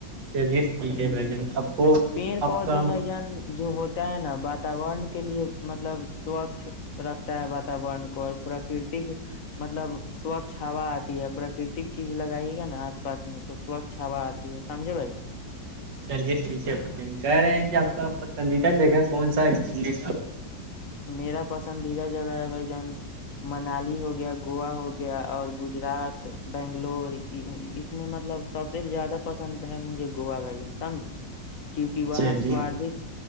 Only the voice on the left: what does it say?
جی
پیڑ
پودے
بھائی جان جو ہوتا ہے نا واتورن کے لیے مطلب سوچھ رکھتا ہے واتورن کو اور پراکرتک مطلب سوچھ ہوا آتی ہے پراکرتک چیز لگائیے گا نا آس پاس میں تو سوچھ ہوا آتی ہے سمجھے بھائی
میرا پسندیدہ جگہ ہے بھائیجان منالی ہو گیا گووا ہوگیا اور گجرات بنگلور اس میں مطلب سب سے زیادہ پسند ہے مجھے گووا بھجان سمج کیونکہ وہاں
سواردھک